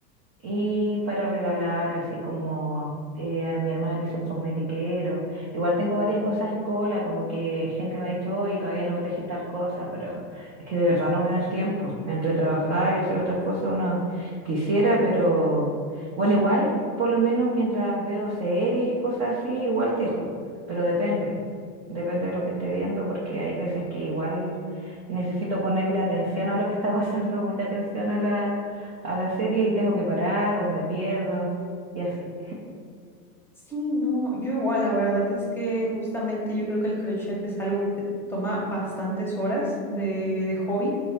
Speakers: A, on the right (about 25°); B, in the centre.
A: Y para regalar, así como eh, a mi hermana le hizo un cosmetiquero. Igual tengo varias cosas en cola, como que gente me ha dicho, oye, todavía no me tejes tal cosa, pero es que de verdad no me da el tiempo. Entre trabajar y hacer otras cosas uno quisiera, pero bueno, igual, por lo menos mientras veo series y cosas así, igual tejo, pero depende. Depende de lo que esté viendo, porque hay veces que igual necesito ponerle atención a lo que está pasando, <laughs> mucha atención a la a la serie y tengo que parar o me pierdo y así.
B: sí, no, yo igual, la verdad es que justamente yo creo que el crochet es algo que toma bastantes horas de, de hobby,